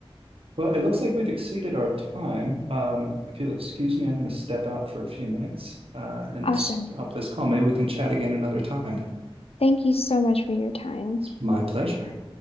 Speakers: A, on the right; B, on the left.
A: Well, it looks like we've exceeded our time. Um, if you'll excuse me, I'm going to step out for a few minutes uh, and
B: Awesome.
A: stop this call. Maybe we can chat again another time.
B: Thank you so much for your time.
A: It's my pleasure.